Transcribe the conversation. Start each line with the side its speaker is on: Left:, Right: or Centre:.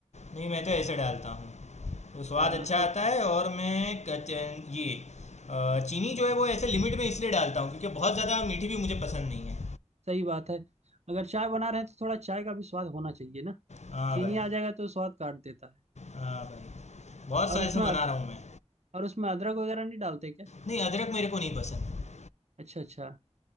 Left: नहीं मैं तो ऐसे डालता हूँ तो स्वाद
Right: हाँ
Left: अच्छा आता
Right: तब तो
Left: है और मैं कच- ये अ, चीनी जो है वो ऐसे लिमिट में इसलिए डालता हूँ क्योंकि बहुत ज़्यादा मीठी भी मुझे पसंद नहीं है
Right: सही बात है अगर चाय बना रहे हैं तो थोड़ा चाय का भी स्वाद होना चाहिए ना
Left: हाँ
Right: चीनी
Left: भाई
Right: आ जाएगा तो स्वाद काट देता है
Left: हाँ भाई बहुत
Right: और
Left: साल
Right: उसमें
Left: से बना
Right: अद,
Left: रहा हूँ मैं
Right: और उसमें अदरक वगैरह नहीं डालते क्या
Left: नहीं अदरक मेरे को नहीं पसंद
Right: अच्छा अच्छा